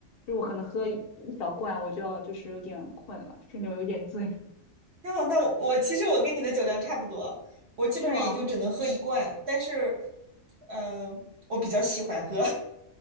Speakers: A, on the left (about 55°); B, on the right (about 55°).
A: 就是我可能喝一一小罐，我就要就是有点困了，就是那种有点醉，
B: 那那我我其实我跟你的酒量差不多，我基本上也就只能喝一罐，
A: 是吗？
B: 但是，嗯、我比较喜欢喝，